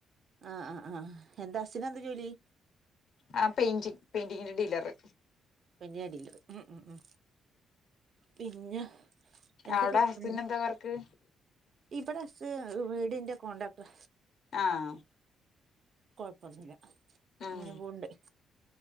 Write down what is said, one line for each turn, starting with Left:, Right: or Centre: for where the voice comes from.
Right: ആഹ് ആഹ് ആഹ് എന്താ ഹസിനെന്താ ജോലി?
Left: ആ പെയിന്റി പെയിന്റിങ്ങിന്റെ ഡീലറ്
Right: ഇവടെയില് ഉം ഉ ഉ പിന്നെ എന്ത
Left: അവിടെ
Right: ഫുഡ്
Left: ഹസ്ബൻഡ്
Right: ഉം
Left: എന്താ വർക്ക്
Right: ഇവടെ ഹസ് വീടിന്റെ കോണ്ടാക്ട്ടറാ
Left: ആഹ്
Right: കൊഴപ്പൊന്നുല്ല
Left: ഉം
Right: അങ്ങനെ പോവ്ണ്ട്